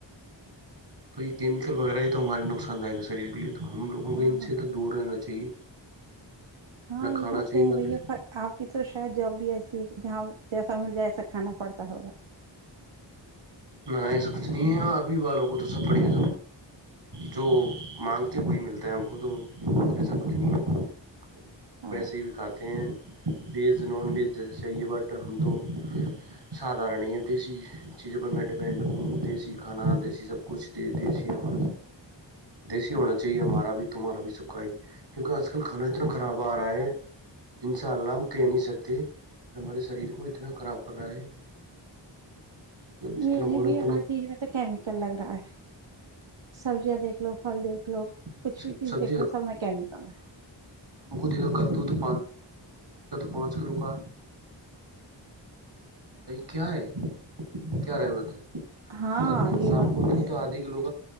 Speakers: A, on the right; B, on the right.
A: تو یہ کیمیکل وغیرہ ہی تو ہمارے نقصان داک ہے شریر کے لیے تو ہم لوگوں کو
B: ہاں
A: ان
B: ہاں
A: سے تو دور رہنا چاہیے
B: ہاں
A: نہ
B: یہ
A: کھانا
B: بات
A: چاہیے
B: تو ہے
A: نہ
B: بھیا
A: کچھ
B: پر آپ کی تو شاید جوب بھی ایسی ہے کہ جہاں جیسا مل جائے ایسا کھانا پڑتا ہوگا
A: نہ نہ ایسا کچھ نہیں ہے ارمی والوں کو تو سب بڑھیا جو مانگتے ہیں وہی ملتا ہے ہم کو تو ایسا کچھ نہیں ہے
B: ہاں
A: ویسے ہی بھی کھاتے ہیں ویج نان ویج جا چاہیے بٹ ہم تو سادارن ہی ہے دیسی چیزوں پر میں ڈپینڈ ہوں دیسی کھانا دیسی سب کچھ دی ہمار دیسی ہونا چاہیے ہمارا بھی تمہارا بھی سب کاھ کیونکہ آج کل کھانا اتنا خراب ا رہا ہیں انشاء اللہ ہم کہہ نہیں سکتے ہمارے شریر کو اتنا خراب کر رہا ہے کہ اب جتنا
B: یہ نہیں
A: بولے
B: بیہ
A: اتنا
B: ہر چیز میں تو کیمیکل لگ رہا ہے سبزیاں دیک لو پھل دیکھ لو
A: <unintelligible>
B: کچھ بھی چیز
A: صبح
B: دیکھ لو سب میں کیمیکل ہے
A: دیکھو تو پانچ کلو کا کیا ہے کیا رہے ہیں
B: ہاں
A: گٹو
B: یہ
A: صاحب
B: بات
A: کو
B: ہے
A: تو ادھی کلو